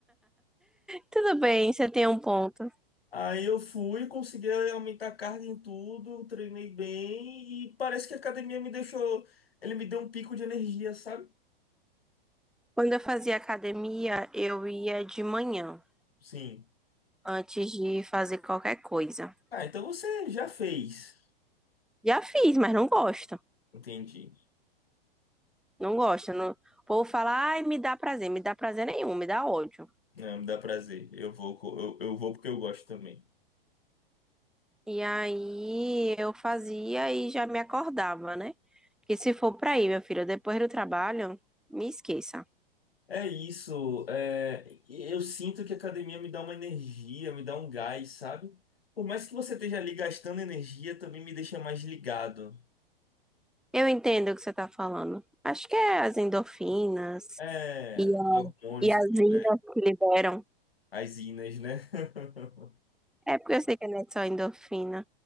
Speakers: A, in the centre; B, on the left.
A: Tudo bem, você tem um ponto.
B: Aí eu fui, consegui aumentar a carga em tudo, treinei bem e parece que a academia me deixou, ele me deu um pico de energia, sabe?
A: Quando eu fazia academia, eu ia de manhã,
B: Sim.
A: antes de fazer qualquer coisa.
B: Ah, então você já fez.
A: Já fiz, mas não gosto.
B: Entendi.
A: Não gosto. Não... O povo fala, ai, me dá prazer. Me dá prazer nenhum, me dá ódio.
B: Não, me dá prazer. Eu vou, co- eu, eu vou porque eu gosto também.
A: E aí eu fazia e já me acordava, né? Porque se for pra ir, minha filha, depois do trabalho, me esqueça.
B: É isso. é, eu sinto que a academia me dá uma energia, me dá um gás, sabe? Por mais que você esteja ali gastando energia, também me deixa mais ligado.
A: Eu entendo o que você tá falando. Acho que é as endorfinas
B: É,
A: e, a-
B: os hormônios,
A: e as inas
B: é,
A: que liberam.
B: as inas, né? <laughs>
A: É porque eu sei que não é só endorfina,